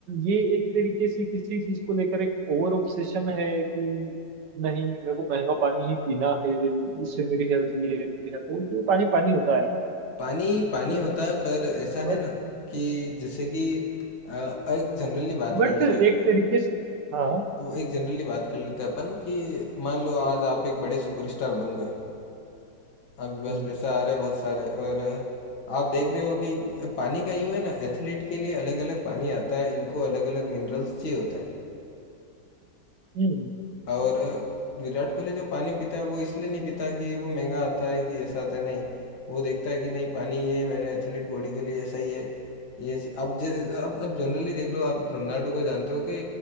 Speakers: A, on the right; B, on the left.
A: ये एक तरीके से किसी चीज को लेकर एक ओवर ऑब्सेशन है कि नहीं मेरे को महंगा पानी ही पीना है इससे मेरी हेल्थ ये है, मेरी हेल्थ वो तो पानी पानी होता है यार
B: पानी
A: ठीक
B: पानी
A: है
B: होता है पर ऐसा
A: बट
B: है ना कि जैसे कि अ, एक जनरली बात
A: बट
B: कर लेते
A: एक
B: हैं
A: तरीके से हाँ
B: वो एक जनरली बात कर लेते हैं अपन कि मान लो आज आप एक बड़े सुपरस्टार बन गए आपके पास
A: हम्म
B: पैसा आ रहा है बहुत सारे और आप देख रहे हो कि पानी का यूं है ना एथलीट के लिए अलग अलग पानी आता है इनको अलग अलग मिनरल्स चाहिए होता है
A: हम्म,
B: और विराट कोहली जो पानी पीता है वो इसलिए नहीं पीता कि वो महंगा आता है कि ऐसा आता है नहीं वो देखता है कि नहीं पानी ये मेरे एथलीट बॉडी के लिए सही है ये स- अब जे अब अब जनरली देख लो आप रोनाल्डो को जानते हो कि